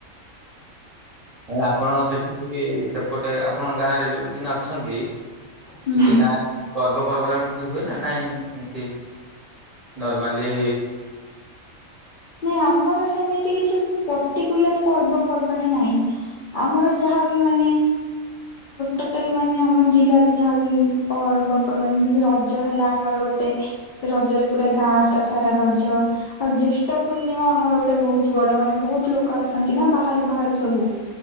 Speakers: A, on the right; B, on the left.
A: ହଁ ଆପଣଙ୍କ ସେଠି ସେପଟେ ଆପଣ ଗାଁରେ ଯୋ ଅଛନ୍ତି ନିଜ
B: ହୁଁ
A: ଗାଁରେ ପର୍ବପର୍ବାଣି କିଛି ହୁଏ ନା ନାଇଁ ଏମ୍ତି ନର୍ମାଲି
B: ନାଇଁ ଆମର ସେମିତି କିଛି ପଟିକୁଲାର୍ ପର୍ବପର୍ବାଣୀ ନାହିଁ। ଆମର ଯାହାବି ମାନେ ଟୋଟାଲ ମାନେ ଆମର ଜିଲ୍ଲାରେ ଝଡି ବିି ପର୍ବପର୍ବାଣି ଯେମିତି ରଜ ହେଲା ଆମର ଗୋ ଟେ ରଜରେ ପୁରା ଗାଁଟା ସାରା ରଜ ଆଉ ଜେସ୍ ଷ୍ଟ ପୂର୍ଣ୍ଣିମା ଆମର ଗୋଟେ ବହୁତ ବଡ ମାନେ ବହୁତ ଲୋକ ଆସନ୍ତି ନା ବାହାରୁ ବାହାରୁ ସବୁ।